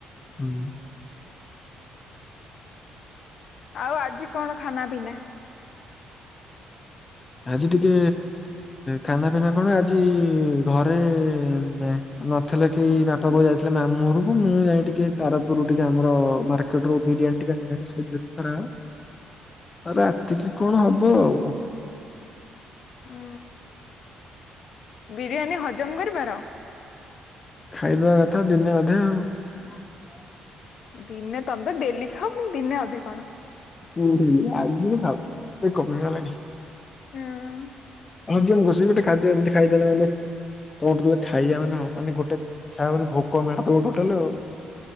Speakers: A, on the left (about 30°); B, on the left (about 60°).
A: ହୁଁ।
B: ଆଉ ଆଜି କଣ ଖାନା ପିନା?
A: ଆଜି ଟିକେ ଖାନା ପିନା କଣ ଆଜି ଘରେ ଏନ୍ ଏଁ ନଥିଲେ କେହି ବାପା ବୋଉ ଯାଇଥିଲେ ମାମୁଁ ଘରକୁ ମୁଁ ଯାଇ ଟିକେ ତାରପୁରରୁ ଟିକେ ଆମର ମା ସେଠୁବିରିୟାନ୍ତି ଟିକେ ଖାଇଥିଲି ଖରାବେଳେ ଆଉ ରାତିକି କଣ ହବ ଆଉ।
B: ଉଁ ବିରିୟାନୀ ହଜମ କରିପାର?
A: ଖାଇଦବା କଥା ଦିନେ ଅଧେ ଆଉ। ହୁଁ <unintelligible>
B: ଦିନେ ତମେ ଡେଲି ଖାଅ ଦିନେ ଅଧେ କଣ।
A: ଉଁ ଉଁ ଆଗରୁ ଖାଉଥିଲି ସେ କମିଗଲାଣି।
B: ହୁଁ।
A: ହଉଁ ଘୋେଇ ଗଟେ ଖାଦବ ଏମିତି ଖାଇଦେଲମାନେ <unintelligible> ବୋଧହୁଏ ଖାଇବା ମାନେ ମାନେ ଗୋଟେ ତା ବୋଲି ଭୋକ ମାରିଦେବ ଟୋଟାଲ ଆଉ।